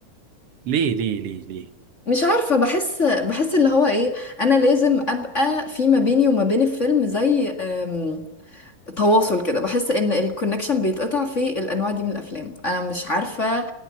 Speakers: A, on the right; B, on the left.
A: ليه ليه ليه ليه؟
B: مش عارفة بحس بحس اللي هو ايه انا لازم ابقى في ما بيني وما بين الفيلم زي أم، تواصل كده بحس ان الكونكشن بيتقطع في الانواع دي من الافلام انا مش عارفة